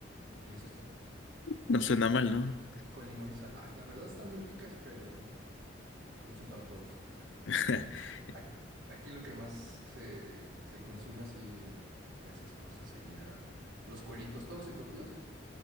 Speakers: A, on the right (about 85°); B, on the left (about 80°).
A: y eso es todo,
B: No suena mal, ¿no?
A: con limón y sal, Ah, la verdad están muy ricas, pero pues no son para todos.
B: <laughs>
A: Ac- Aquí lo que más se, se consume así de esas cosas sería los cueritos, todos los encurtidos.